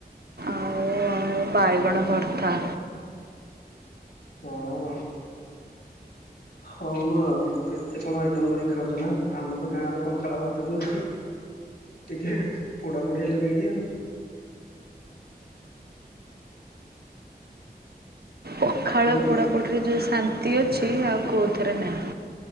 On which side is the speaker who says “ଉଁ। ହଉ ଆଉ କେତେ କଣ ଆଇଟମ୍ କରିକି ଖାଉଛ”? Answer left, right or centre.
Left